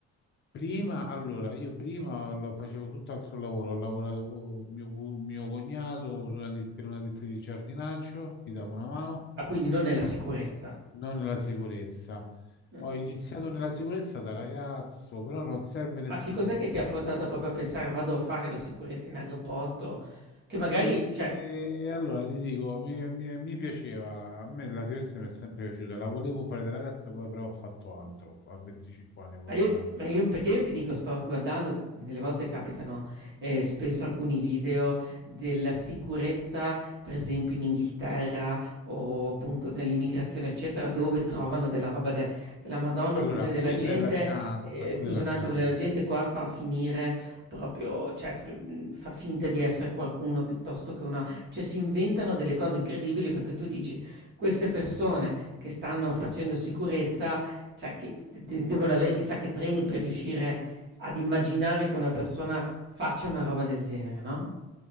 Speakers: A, on the left (about 40°); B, on the right (about 40°).
A: Prima, allora, io prima lo facevo tutt'altro lavoro, ho lavorato con mio, cu- mio cognato su una di- per una ditta di giardinaggio, gli davo una mano,
B: Ah, quindi non è la sicurezza.
A: non nella sicurezza.
B: Mh.
A: Ho iniziato nella sicurezza da ragazzo, però non serve nessun
B: Ma che cos'è
A: percorso
B: che ti ha portato
A: specifico.
B: proprio a pensare: "Vado a fare la sicurezza in aeroporto?" Che magari
A: Perché
B: cioè
A: allora ti dico, mi, mi- mi piaceva, a me la sicurezza mi è sempre piaciuta, la volevo fare da ragazzo, poi però ho fatto altro, a 25 anni volevo
B: Ma io
A: farlo.
B: ti ma io perché io ti dico sto guardando, delle volte capitano, ehm, spesso alcuni video della sicurezza, per esempio in Inghilterra o appunto dell'immigrazione eccetera, dove trovano della roba de della Madonna,
A: Allora,
B: oppure della
A: quella
B: gente
A: è la finanza,
B: ehm,
A: quella
B: scusa
A: è la
B: un
A: finanza.
B: attimo, della gente qua fa finire proprio cioè f mhmm, fa finta di essere qualcuno piuttosto che una cioè si inventano delle cose incredibili perché tu dici: "Queste persone che stanno facendo sicurezza cioè che d de devono avere chissà che treni per riuscire ad immaginare che una persona faccia una roba del genere, no?